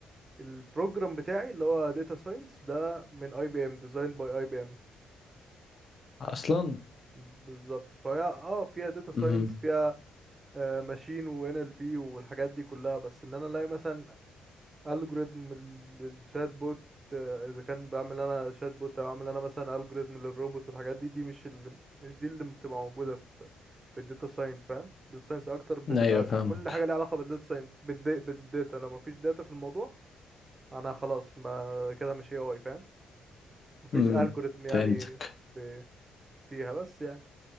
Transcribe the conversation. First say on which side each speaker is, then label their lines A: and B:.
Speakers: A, on the right; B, on the left.
A: البروجرام بتاعي اللي هو داتا ساينس ده من اي بي ام ديزاين باي اي بي ام
B: اصلا
A: بالظبط فهي اه فيها داتا ساينس
B: امم
A: فيها ماشين وان ال بي والحاجات دي كلها بس ان انا الاقي مثلا الجوريزم للشات بوت آه، اذا كان بعمل انا شات بوت او اعمل انا مثلا الجوريزم للروبوت والحاجات دي دي مش اللي مش دي اللي بتبقى موجوده في في الداتا ساينس فاهم الداتا ساينس اكتر بتبقى
B: ايوه فاهمك
A: كل حاجه ليها علاقه بالداتا ساينس بالداتا لو مفيش داتا في الموضوع انا خلاص ما كده مش اي اي فاهم مفيش
B: امم
A: الجوريزم يعني
B: فهمتك
A: في فيها بس يعني